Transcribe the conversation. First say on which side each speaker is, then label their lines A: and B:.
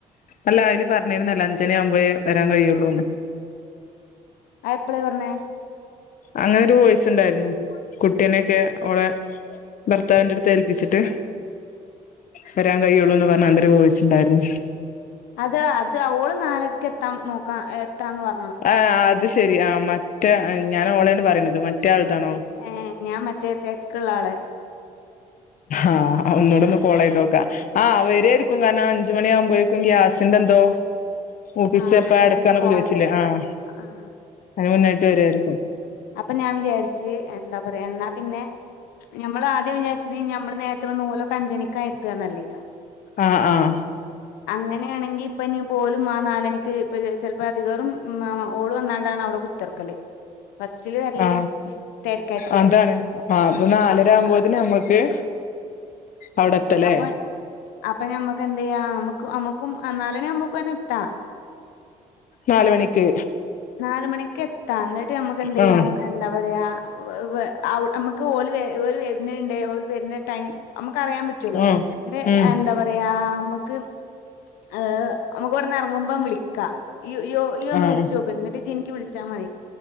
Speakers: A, on the left; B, on the left.
A: അല്ല അയില് പറഞ്ഞിരുന്നല്ലൊ അഞ്ചണി ആകുമ്പഴേ വരാൻ കഴിയുള്ളൂന്ന്.
B: അ എപ്പളെ പറഞ്ഞേ.
A: അങ്ങനെരു വോയിസുണ്ടായിര്ന്നു കുട്ടിനെക്കെ ഓളെ. ഭർത്താവിന്റെട്ത്ത് ഏൽപ്പിച്ചിട്ട്. വരാൻ കഴിയുള്ളൂന്ന് പറഞ്ഞാണ്ട് ഒരു വോയിസുണ്ടായിരുന്നു.
B: അത് അത് ഓള് നാലര്ക്ക് എത്താൻ നോക്കാം എത്താന്ന് പ
A: ഏഹ് അത് ശെരി ആഹ് മറ്റേ ഞാന് ഓളേണ് പറയ്ണത് മറ്റേ ആൾതാണോ.
B: ഉം ഞാൻ മറ്റേ തെര്ക്ക്ള്ള ആള്.
A: ആഹ് ഒന്നൂടെന്ന് കോളയ്തോക്ക. ആഹ് വര്വയ്ര്ക്കും കാരണം അഞ്ച് മണിയാവുമ്പഴേക്കും ഗ്യാസിന്റെന്തോ. ഓഫീസ്
B: ആഹ്
A: എപ്പോഴ
B: ഓഫീസ്
A: അടക്കന്നൊക്കെ
B: പോവാണ്ട്
A: ചോയ്ച്ചിലെ ആഹ്.
B: ആഹ്
A: അയ്ന് മുന്നെയ്ട്ട് വര്വയ്ര്ക്കും.
B: അപ്പ ഞാൻ വിചാരിച്ച് എന്താ പറയാ എന്നാ പിന്നെ. ഞമ്മള് ആദ്യം വിചാര്ച്ചിനെ ഞമ്മള് നേര്ത്തെ വന്ന് ഓലൊക്കെ അഞ്ചണിക്കാ എത്തുകാന്നല്ലേനോ.
A: ആഹ് ആഹ്.
B: അങ്ങനെണെങ്കി ഇപ്പഞ്ഞ് ഇപ്പോലും ആ നാലണിക്ക് ഇപ്പം <unintelligible> ചെലപ്പൊ അധികേറും മ മ ഓള് വന്നാണ്ടാണ് അവ്ടെ കു ത്തർക്കല്. ഫസ്റ്റില് വരല്
A: ആ
B: തെര്ക്കാര്ത്ത്യ
A: അതാണ് ആ നാലര
B: അപ്പൊ
A: ആകുമ്പോത്തിന്
B: ആ.
A: നമ്മക്ക്
B: ഉ <inaudible>
A: അവിടെ എത്തല്ലേ
B: അപ്പ അപ്പ ഞമ്മക്കെന്തെയ്യാ. ഞമ്മക്ക് നമ്മുക്കും നാലുമണ്യാവു മ്പോക്ക്വന്നെ എത്താം.
A: നാല് മണിക്ക്.
B: നാല് മണിക്ക് എത്താം എന്നിട്ട് നമുക്ക് എന്തെയ്യാം.
A: ആ
B: എന്താ പറയാ വ് വ് അവ് നമ്മക്ക് ഓല് വെ ഓല് വര്ന്ണ്ട് ഓല് വര്ണ ടൈം. നമുക്ക് അറിയാൻ പറ്റുവല്ലോ.
A: ആ
B: എന്നിട്ട്
A: ഉം
B: എന്താ പറ യാ അമ്മുക്ക് ഏഹ് നമുക്കിവിടുന്ന് എറങ്ങുമ്പോ വിളിക്കാം. ഈ ഇയൊന്ന്
A: ആഹ്
B: വിളിച്ച് നോക്കു. എന്നിട്ട് ഇജിന്നിക്കി വിളിച്ചാ മതി.